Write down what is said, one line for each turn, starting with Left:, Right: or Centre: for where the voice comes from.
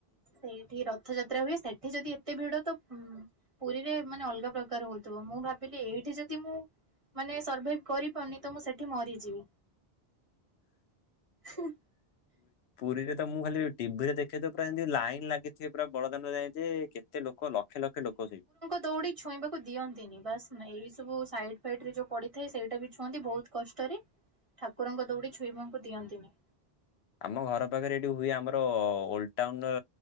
Right: <inaudible> ରଥଯାତ୍ରା ହୁଏ, ସେଠି ଯଦି ଏତେ ଭିଡ଼ ତ ପୁରୀରେ ମାନେ ଅଲ୍ଗା ପ୍ରକାର୍ ହଉଥିବ। ମୁଁ ଭା ଭାବିଲି, ଏଇଠି ଯଦି ମୁଁ ମାନେ ସର୍ଭାଇ କରିପାରୁନି ତ ମୁଁ ସେଠି ମରିଯିବି। ହଁ
Left: ପୁରୀରେ ତ ମୁଁ ଖାଲି ଟିଭିରେ ଦେଖେତ, ପୁରା ଏନ୍ତି ଲାଇନ୍‌ ଲାଗିଥିବେ ପୁରା ବଡ଼ଦାଣ୍ଡ ଯାଏ। ଯେ କେତେ ଲୋକ ଲକ୍ଷେ ଲକ୍ଷେ ଲୋକ ସେଇ
Right: ଦୌଡ଼ି ଛୁଇଁବାକୁ ଦିଅନ୍ତିନି, ବାସ୍ ଏଇ ସବୁ ସାଇଟ୍ ଫାଇଟ୍ ରେ ଯଉ ପଡ଼ିଥାଏ ସେଇଟା ବି ଛୁଅନ୍ତି। ବହୁତ୍ କଷ୍ଟରେ, ଠାକୁରଙ୍କ ଦୌଡ଼ି ଛୁଇଁବାଙ୍କୁ ଦିଅନ୍ତିନି।
Left: ଆମ ଘର ପାଖରେ ଏଠି ହୁଏ, ଆମର ଓଲ୍ ଟାଉନ୍‌